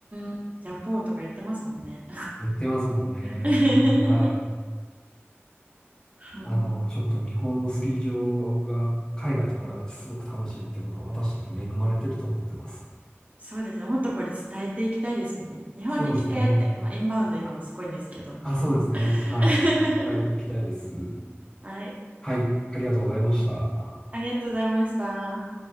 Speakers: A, on the right (about 35°); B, on the left (about 20°).
A: ん、ジャポーとか言ってますもんね。
B: 言ってますもんね。
A: <laughs>
B: はい。
A: はい
B: あの、ちょっと日本のスキー場が海外と比べてすごく楽しいってことは私たち恵まれてると思ってます。
A: そうですね。もっとこれ伝えていきたいですよね。日本に来てって、
B: そうですね。
A: まあ、インバウンド今もすごいんですけど。
B: あ、そうですね。はい。
A: <laughs>
B: 伝えていきたいです。
A: はい。
B: はい。ありがとうございました。
A: ありがとうございました。